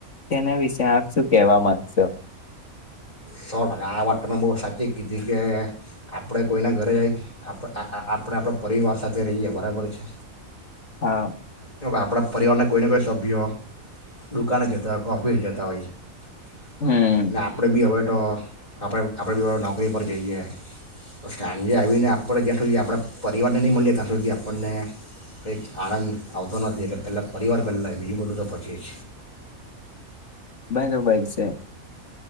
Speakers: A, on the left (about 60°); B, on the left (about 25°).
A: તેના વિશે આપ શું કેહેવા માંગશો?
B: સો ટકા આ વાતને બહુ સાચી કીધી કે આપણે કોઈના ઘરે જઈ આ-આ-આપણા પરિવાર સાથે રહીએ બરાબર છે.
A: હા.
B: તો બા આપણા પરિવારના કોઈને કોઈ સભ્યો દુકાને જતા હોય કે ઓફિસ જતા હોય
A: હમ
B: ને આપણેે બી હવે તો આપડે આપડે નોકરી પર જઈએ તો, સાંજે આવીને આપણે જ્યાં સુધી આપણા પરિવારને નહીં મળીએ, ત્યાં સુધી આપણને કંઈક આનંદ આવતો નથી, એટલે પહેલાં પરિવાર પહેલાં બીજું બધું તો પછીજ.
A: બરોબર છે.